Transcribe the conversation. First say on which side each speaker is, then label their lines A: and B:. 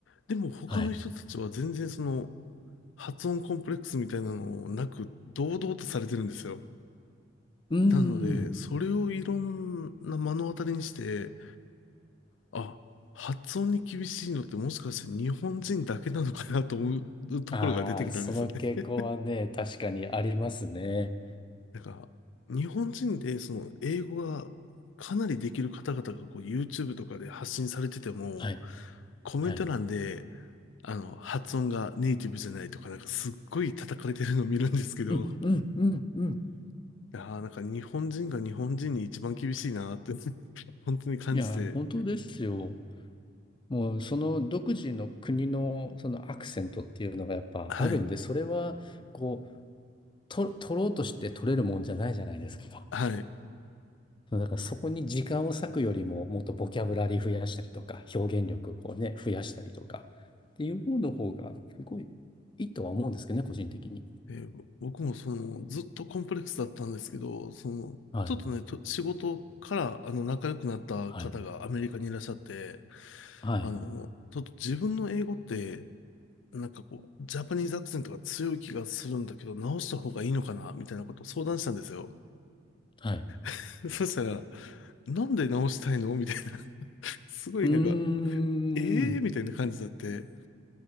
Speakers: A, on the left; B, on the left.
A: でも他の人たちは全然その、
B: はい。
A: 発音コンプレックスみたいなのなく、堂々とされてるんですよ。
B: うー
A: なので、
B: ん。
A: それをいろんな目の当たりにして、あ、発音に厳しいのってもしかして日本人だけなのかなと思うところが出てきたんですよね。
B: ああ、その傾向はね、
A: <laughs>
B: 確かにありますね。
A: なんか、日本人でその英語がかなりできる方々がこう YouTube とかで発信されてても、
B: はい、
A: コメント欄で、
B: はい。
A: あの、発音がネイティブじゃないとか、なんかすっごい叩かれてるのを見るんですけど、
B: うん、うん、うん、うん。
A: いやーなんか日本人が日本人に一番厳しいなーって <laughs> 本当に感じて、
B: いや、本当ですよ。もう、その独自の国の、そのアクセントっていうのがやっぱあるんで、
A: はい、
B: それは、こう、と、取ろうとして取れるもんじゃないじゃないですか。
A: はい。
B: だからそこに時間を割くよりも、もっとボキャブラリー増やしたりとか、表現力をね、増やしたりとか、っていう方の方が、すごいいいとは思うんですけどね、個人的に。
A: えーぼ僕もその、ずっとコンプレックスだったんですけど、その、
B: はい、
A: ちょっとね、と仕事からあの仲良くなった方がアメリカにいらっしゃって、
B: はい、はい、
A: あの、ちょっと自分の英語って、なんかこう、ジャパニーズアクセントが強い気がするんだけど、直した方がいいのかなみたいなことを相談したんですよ。
B: はい。
A: <laughs> そしたら、なんで直したいのみたいな、すごいなんか、
B: うーん。
A: ええー、みたいな感じだって、